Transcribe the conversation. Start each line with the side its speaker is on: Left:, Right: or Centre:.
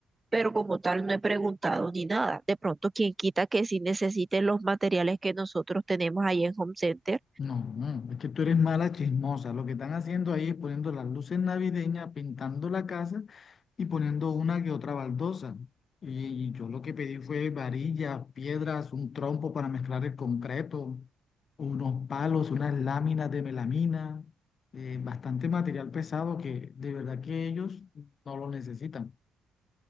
Right: pero como tal no he preguntado ni nada. De pronto, quien quita que sí necesiten los materiales que nosotros tenemos ahí en Home Center,
Left: No, no, es que tú eres mala chismosa. Lo que están haciendo ahí es poniendo las luces navideñas, pintando la casa y poniendo una que otra baldosa. Y, y yo lo que pedí fue varillas, piedras, un trompo para mezclar el concreto, unos palos, unas láminas de melamina, eh, bastante material pesado que de verdad que ellos no lo necesitan.